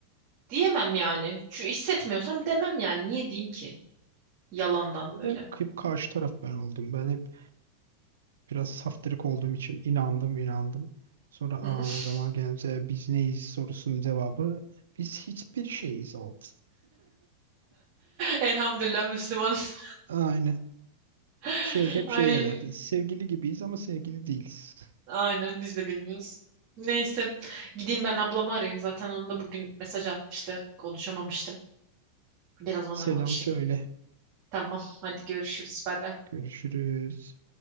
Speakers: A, on the right; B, on the right.
A: Diyemem yani. Şu hissetmiyorsam demem yani. Niye diyeyim ki? Yalandan
B: Bir
A: böyle.
B: de hep karşı taraf ben oldum. Ben hep Biraz saftirik olduğum için inandım inandım. Sonra Aa,
A: <laughs>
B: zaman gelince biz neyiz sorusunun cevabı biz hiçbir şeyiz oldu.
A: Elhamdülillah Müslümanız.
B: <laughs> Aynen.
A: <laughs>
B: Şey hep
A: Ay,
B: şey derlerdi. Sevgili gibiyiz ama sevgili değiliz.
A: aynen biz de bilmiyoruz. Neyse gideyim ben ablamı arayayım. Zaten onu da bugün mesaj atmıştı. Konuşamamıştım. Biraz onunla
B: Selam
A: konuşayım.
B: söyle.
A: Tamam. Hadi görüşürüz. Bay bay.
B: Görüşürüz.